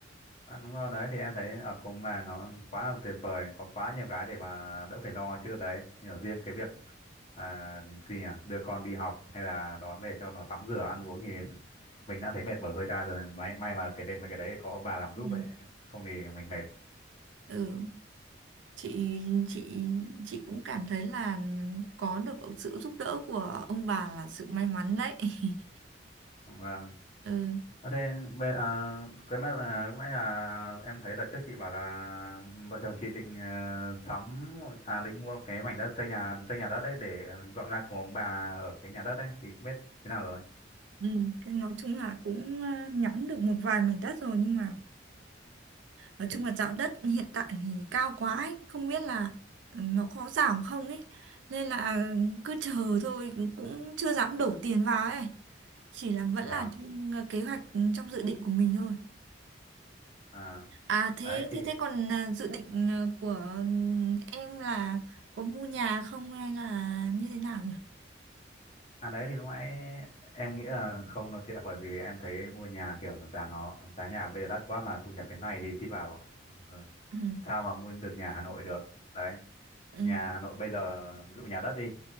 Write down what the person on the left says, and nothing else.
Vâng, đúng rồi đấy thì em thấy ở cùng ông bà nó quá là tuyệt vời, có quá nhiều cái để mà đỡ phải lo chứ đấy. Nhưng mà riêng cái việc à, gì nhỉ? Đưa con đi học hay là đón về cho nó tắm rửa ăn uống thì mình đã thấy mệt bở hơi ta rồi. May may mà cái đêm mà cái đấy có ông bà làm giúp
ấy, không thì mình mệt.
Vâng.
À, thế bây- à, cái mất là lúc nãy là em thấy là trước chị bảo là vợ chồng chị định ờ, sắm à định mua cái mảnh đất xây nhà xây nhà đất đấy để ờ, dọn ra cùng ông bà ở cái nhà đất đấy thì không biết thế nào rồi.
Vâng.
À,
đấy thì
à đấy thì lúc nãy em nghĩ là không nói chuyện bởi vì em thấy mua nhà kiểu nó giá nó giá nhà bây giờ đắt quá mà thu nhập thế này thì chị bảo ờ,
sao mà mua được nhà Hà Nội được. Đấy,
nhà Hà Nội bây giờ ví dụ nhà đất đi